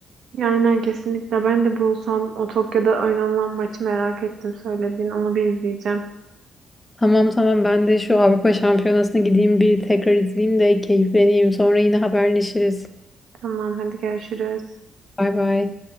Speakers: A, on the right; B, on the left.
A: Ya Aynen kesinlikle. Ben de bu son o Tokyo'da oynanılan maçı merak ettim söylediğin. Onu bir izleyeceğim.
B: Tamam tamam ben de şu Avrupa Şampiyonası'na gideyim bir tekrar izleyeyim de keyifleneyim. Sonra yine haberleşiriz.
A: Tamam hadi görüşürüz.
B: Bay bay.